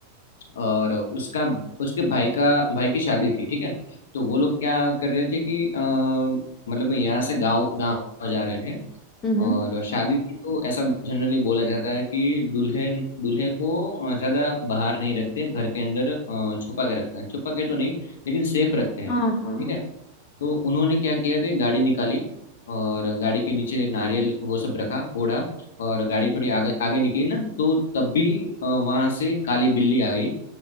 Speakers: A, on the left; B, on the left.
A: और उसका उसके भाई का भाई की शादी थी ठीक है तो वो लोग क्या कर रहे थे कि अ, मतलब मैं यहाँ से गांव गांव जा रहे थे
B: हम्म
A: और शादी की तो ऐसा जनरली बोला जाता है कि दुल्हन दूल्हे को ज़्यादा बाहर नहीं रखते घर के अंदर अ, छुपा के रखते हैं छुपा के तो नहीं लेकिन सेफ रखते हैं
B: हाँ हाँ
A: ठीक है तो उन्होंने क्या किया कि गाड़ी निकाली और गाड़ी के नीचे नारियल वो सब रखा फोड़ा और गाड़ी थोड़ी आगे आगे निकली ना तो तब भी वहां से काली बिल्ली आई